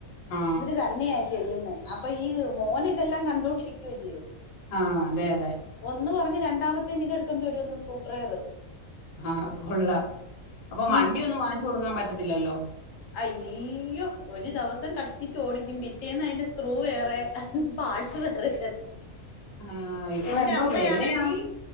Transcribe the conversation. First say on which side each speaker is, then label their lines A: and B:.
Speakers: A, on the left; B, on the left.
A: ആ
B: ഇവര് തന്നെയായി ചെയ്യുന്നെ അപ്പൊ ഈ മോന് ഇതെല്ലാം കണ്ടോണ്ടിരിക്കല്ലേ
A: ആഹ് അതെ അതെ
B: ഒന്ന് പറഞ്ഞ് രണ്ടാമത്തേന് ഇത് എടുത്തോണ്ട് വരോന്ന് സ്ക്രൂ ഡ്രൈവറ്
A: ആഹ് കൊള്ള അപ്പൊ വണ്ടിയൊന്നും
B: ഉം
A: വാങ്ങിച്ചു കൊടുക്കാൻ പറ്റത്തില്ലല്ലോ
B: അയ്യോ ഒരു ദിവസം കഷ്ടിച്ച ഓടിക്കും പിറ്റേന്ന് അതിന്റെ സ്ക്രൂ വേറെ പാട്സ് വേറെ
A: ആ ഇപ്പൊ
B: എന്റെ
A: എന്തോ
B: അമ്മയാണെങ്കി
A: വിലയാ